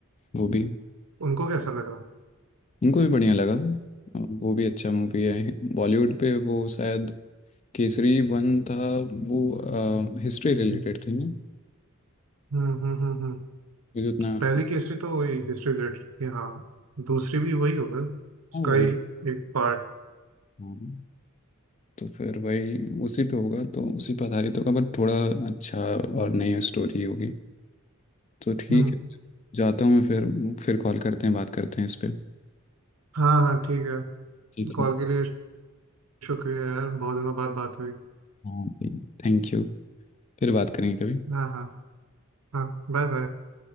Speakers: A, on the left; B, on the right.
A: वो भी
B: उनको कैसा लगा
A: उनको भी बढ़िया लगा आ, वो भी अच्छा मूवी है बॉलीवुड पे वो शायद केसरी वन था वो आ, हिस्ट्री रिलेटेड थी ना
B: हम्म हम्म हम्म हम्म
A: मुझे उतना हाँ
B: पहली केसरी तो वही हिस्ट्री रिलेटेड थी हाँ दूसरी भी वही होगा उसका
A: वही
B: ही एक पार्ट
A: हाँ। तो फिर वही उसी पे होगा तो उसी पे आधारित होगा बट थोड़ा अच्छा और नई स्टोरी होगी तो ठीक
B: हम्म
A: है जाता हूँ मैं फिर फिर कॉल करते हैं बात करते हैं इस पे
B: हाँ हाँ ठीक है
A: ठीक
B: कॉल
A: है
B: के लिए शुक्रिया यार बहुत दिनों बाद बात हुई
A: हाँ थैंक यू फिर बात करेंगे कभी
B: हाँ हाँ हाँ बाय बाय